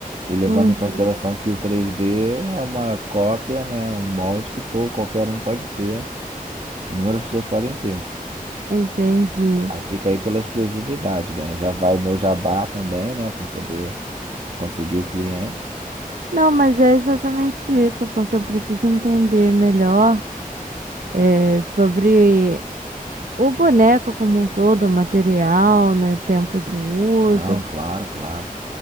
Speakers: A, on the right (about 45°); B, on the right (about 65°).
A: E levando
B: Uhum,
A: em consideração que o 3D é uma cópia, né? Um molde que todo, qualquer um pode ter. Inúmeras pessoas podem ter.
B: entendi.
A: Aí fica aí pela exclusividade, né? Já vai meu jabá também, né? Para poder conseguir o cliente.
B: Não, mas é exatamente isso, porque eu preciso entender melhor é, sobre o boneco como um todo, o material, né? Tempo de uso,
A: Não, claro, claro.